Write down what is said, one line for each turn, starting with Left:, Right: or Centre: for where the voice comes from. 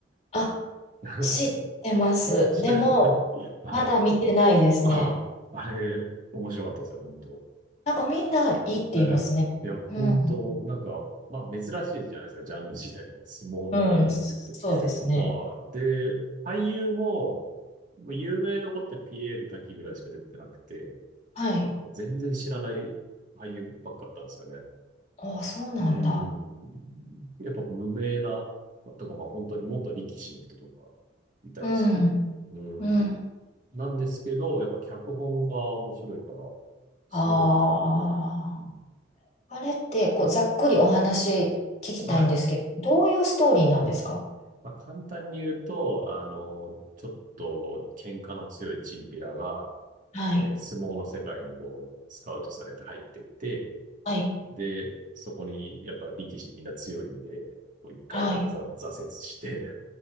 Left: あ。あ、
Right: <laughs>
Left: 知ってます。
Right: して
Left: でも、
Right: はい
Left: まだ見てないですね。
Right: あ、あれ、面白かったですよ、本当。
Left: なんかみんないいって言いますね。
Right: ええ。いや、本当、
Left: うん
Right: なんか、まあ珍しいじゃないですか、ジャンル自体も。相撲のドラマって言って。
Left: うん、そうですね。
Right: はい。で、俳優も、もう有名どこってピエール瀧ぐらいしか出てなくて、
Left: はい。
Right: あともう全然知らない俳優ばっかだったんですよね。
Left: ああ、そうなんだ。
Right: うん。やっぱ無名な、まあとか、まあ本当に元力士の人とかいたりして。
Left: うん、
Right: うん。
Left: うん。
Right: なんですけど、やっぱ脚本が面白いから、すごい面白い。
Left: あ
Right: うん
Left: あ、あれって、こう、ざっくりお話聞きたいんですけど、
Right: はい。
Left: どういうストーリーなんですか
Right: まあ簡単に言うと、あの、ちょっと喧嘩の強いチンピラが、
Left: はい、
Right: えー相撲の世界にこう、スカウトされて入ってって、
Left: はい、
Right: で、そこにやっぱ力士みんな強いんで、もう一回こうざ挫折して
Left: はい、